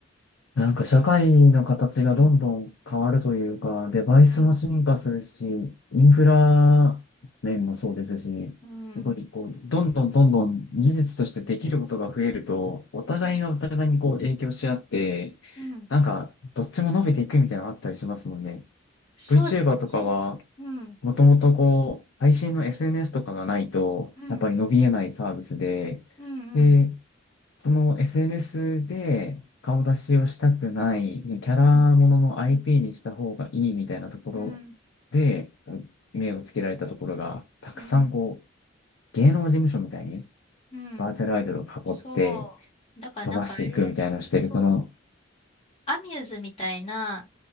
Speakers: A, on the left; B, on the left.
A: なんか社会の形がどんどん変わるというか、
B: うん、
A: デバイスも進化するし、
B: うん、
A: インフラ面もそうですし、
B: うん、
A: やっぱりこう、どんどんどんどん技術としてできることが増えると、お互いがお互いにこう影響し合って、
B: うん、うん、
A: なんかどっちも伸びていくみたいなのあったりしますもんね。
B: そうですね。
A: VTuber とかは、
B: うん、
A: もともとこう、配信の SNS とかがないと、
B: うん、
A: やっぱり伸びえないサービスで、
B: うん、うん、
A: でその SNS で顔出しをしたくない、キャラものの
B: うん、うん、
A: IP にした方がいいみたいなところで、
B: うん、
A: 目をつけられたところが、たくさんこう、
B: うん、
A: 芸能事務所みたいに
B: うん。
A: バーチャルアイドルを囲って
B: そう。だからなんかあれ、
A: 飛ばしていくみたいなのをしてる、
B: そう。
A: この、
B: アミューズみたいな